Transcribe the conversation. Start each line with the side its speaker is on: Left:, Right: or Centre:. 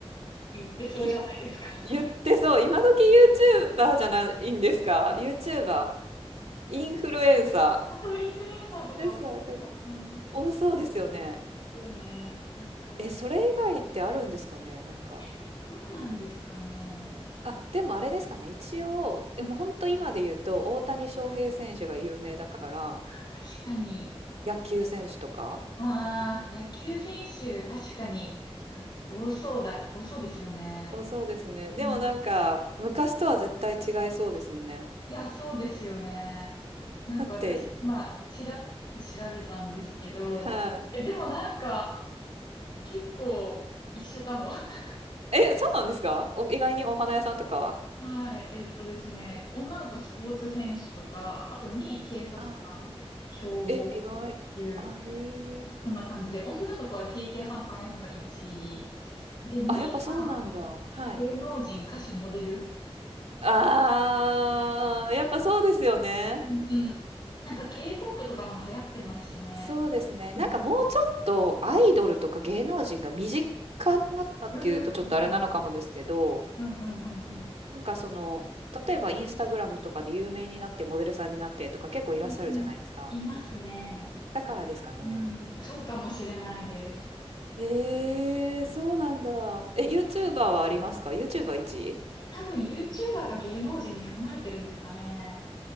Left: 言ってそうじゃないですか。
Right: い
Left: <laughs>
Right: 言ってそう、今時 YouTuber じゃないんですか ?YouTuber。インフルエンサ
Left: あとインフルエンサーとかを、
Right: ー。インフルエンサーが
Left: うん。
Right: 多そうですよね。
Left: よね。なんか変わっ
Right: え、それ以外ってあるんですかね、なんか。
Left: てる。そうなんですかね。
Right: あ、でもあれですかね、一応、でも本当今で言うと、
Left: うん
Right: 大谷翔平選手が有名だから、
Left: 確かに。
Right: 野球選手とか、
Left: ああ、野球選手、確かに、ま多そうだ、多そうですよね。
Right: 多そうですね。でもなんか、
Left: うん。
Right: 昔とは絶対違いそうですね。
Left: いや、そうですよね。なんか私、
Right: だって、
Left: まあ、ちらっと調べたんですけど、
Right: は
Left: え、でもなんか、結構一緒かも。<laughs>
Right: い。え、そうなんですかお意外にお花屋さんとか
Left: はい。えっとですね、女の子スポーツ選手とか、あと2位警察官、
Right: あ、
Left: 消防
Right: え、意外。
Left: 級、
Right: あ、へえ。
Left: こんな感じで、女の子はケーキ屋さん、パン屋さんが1位。で、2位が
Right: あ、やっぱそうなんだ。はい。
Left: 芸能人、歌手、モデル。
Right: あー、やっぱそうですよね。
Left: うんうん。なんか K-POP とかも流行ってますしね。
Right: そうですね。
Left: うん。
Right: なんかもうちょっとアイドルとか芸能人が身近になったっていうとちょっとあれなのかもですけど、
Left: うん。うんうんうんうんうん。
Right: なんかその、例えばインスタグラムとかで有名になってモデルさんになってとか結構いらっしゃるじゃないですか。
Left: うんいますね。
Right: だからですかね。
Left: うん、そうかもしれないです。
Right: えー、そうなんだ。え、YouTuber はありますか ?YouTuber1 位
Left: 多分 YouTuber が芸能人に含まれてるんですかね。